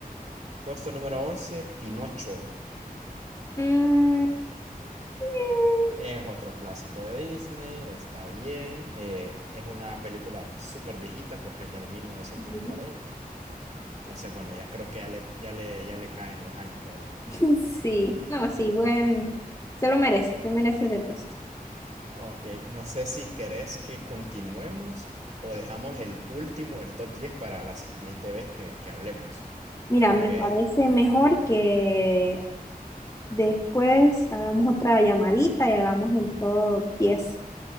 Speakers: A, on the right; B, on the left.
A: Puesto número once Pinocho.
B: Mm, sí.
A: Es otro clásico de Disney, está bien, eh, es una película súper viejita porque es del mil novecientos
B: Ujú.
A: cuarenta Entonces, bueno, ya creo que ya le, ya le, ya le caen los años, ¿verdad?
B: <laughs> Sí, no, sí, bueno. Se lo merece, se merece ese puesto.
A: Ok, no sé si querés que continuemos o dejamos el último, el top diez para la siguiente vez que, que hablemos.
B: Mira,
A: Porque
B: me parece mejor que después hagamos otra llamadita y hagamos el top diez